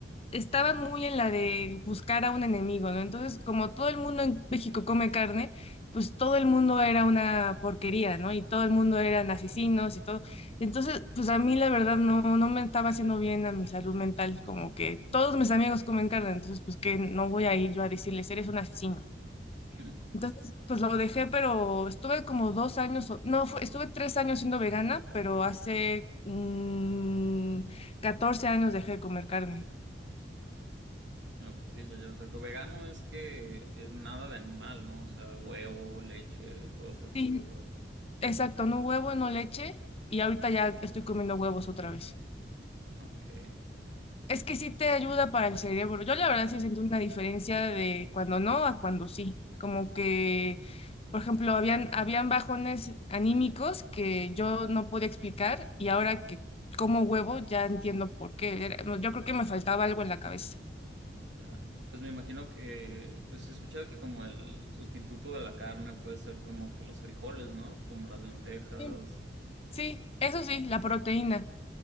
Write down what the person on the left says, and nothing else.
estaban muy en la de buscar a un enemigo, ¿no? Entonces, como todo el mundo en México come carne, pues todo el mundo era una porquería, ¿no? Y todo el mundo eran asesinos y todo. Entonces, pues a mí la verdad no, no me estaba haciendo bien a mi salud mental, como que todos mis amigos comen carne, entonces pues que no voy a ir yo a decirles, eres un asesino.
Entonces, pues lo dejé, pero estuve como dos años, o- no, fue- estuve tres años siendo vegana, pero hace mm, 14 años dejé de comer carne.
Sí,
Exacto, no huevo, no leche y ahorita ya estoy comiendo huevos otra vez.
Es que sí te ayuda para el cerebro. Yo la verdad sí sentí una diferencia de cuando no a cuando sí. Como que, por ejemplo, habían, habían bajones anímicos que yo no podía explicar y ahora que como huevo ya entiendo por qué. Era- yo creo que me faltaba algo en la cabeza.
Sí, Sí, eso sí, la proteína.